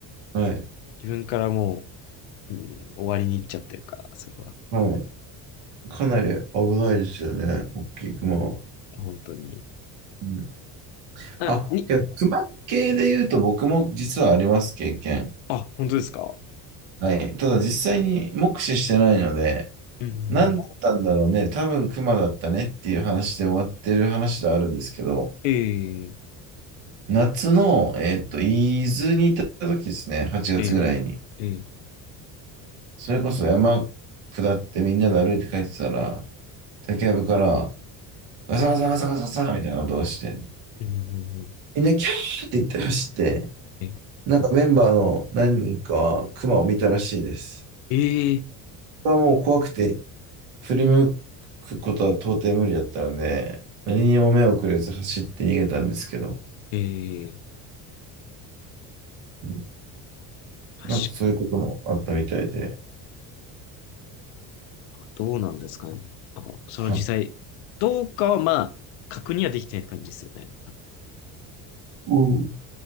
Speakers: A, on the right (about 80°); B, on the left (about 75°).
A: はい。
B: 自分からもう、うん、終わりに行っちゃってるから、それは。
A: はい。かなり危ないですよね、大きいクマは。
B: 本当に。
A: うん、
B: あ、
A: あ、
B: に、
A: けど、クマ系で言うと僕も実はあります、経験。
B: あ、本当ですか
A: はい。ただ実際に目視してないので、
B: うん。
A: 何だったんだろうね、多分クマだったねっていう話で終わってる話ではあるんですけど、
B: ええ
A: 夏の、えっと、伊豆に行った時ですね、8月ぐらいに。
B: ええええ
A: それこそ山下ってみんなで歩いて帰ってたら、竹やぶからガサガサガサガサガサみたいな音がして、
B: うんうんうん
A: みんなキャーって言って走って、
B: え、
A: なんかメンバーの何人かはクマを見たらしいです。
B: ええ
A: これはもう怖くて振り向くことは到底無理だったので、何にも目をくれず走って逃げたんですけど、
B: えー
A: うん、
B: 確か、
A: なんかそういうこともあったみたいで、
B: どうなんですかね。あの、その実際、
A: はい、
B: どうかはまあ、確認はできてない感じですよね。多分
A: うん、